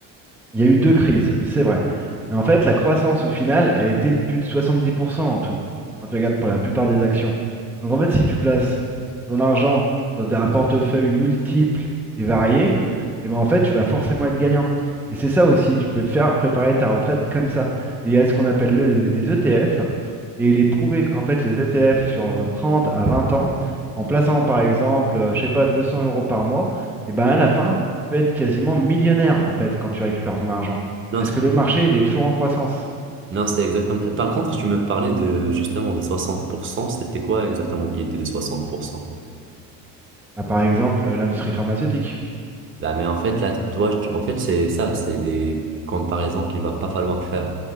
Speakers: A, in the centre; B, on the right.
A: Il y a eu deux crises, c'est vrai. Mais en fait, la croissance au final a été de plus de 70% en tout, quand tu regardes pour la plupart des actions. Donc en fait, si tu places ton argent sur d- un portefeuille multiple et varié, et ben en fait, tu vas forcément être gagnant. Et c'est ça aussi, tu peux te faire préparer ta retraite comme ça. Et il y a ce qu'on appelle le- les ETF, et il est prouvé qu'en fait, les ETF sur 30 à 20 ans, en plaçant par exemple, euh, je sais pas, 200 euros par mois, et ben à la fin, peux être quasiment millionnaire en fait quand tu récupères ton argent.
B: Non,
A: Parce
B: c'est
A: que le marché, il est toujours en croissance.
B: non, c'est exactement. Par contre, tu me parlais de justement des 60%. C'était quoi exactement qui était des 60%?
A: Bah, par exemple, euh, l'industrie pharmaceutique.
B: là mais en fait, là, toi, tu- en fait, c'est ça, c'est des comparaisons qu'il va pas falloir faire.